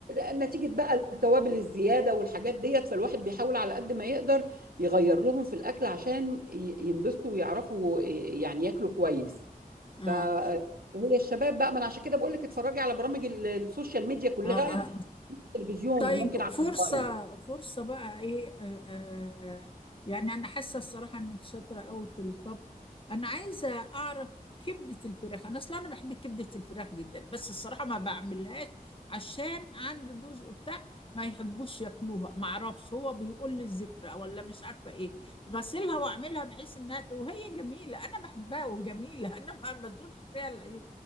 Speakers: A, on the right; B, on the left.
A: نتيجه بقى التوابل الزياده والحاجات ديت فالواحد بيحاول على قد ما يقدر يغير لهم في الاكل عشان ي- ينبسطوا ويعرفوا يعني ياكلوا كويس
B: آه
A: ف هي الشباب بقى ما انا عشان كده بقول لك اتفرجي على برامج ال- السوشيال ميديا كلها
B: آه, آه.
A: تلفزيون
B: طيب
A: ممكن على
B: فرصة
A: الموبايل
B: فرصة بقى ايه آه آه يعني انا حاسة الصراحة انك شاطرة قوي في الطبخ انا عايزة اعرف كبدة الفراخ انا اصلا انا بحب كبدة الفراخ جدا بس الصراحة ما بعملهاش عشان عندي جزء بتاع ما يحبوش ياكلوها ما اعرفش هو بيقول لي الزفرة ولا مش عارفة ايه غسلها واعملها بحيث انها ت- وهي جميلة انا بحبها وجميلة <laughs> انا ما بزورش فيها العيوب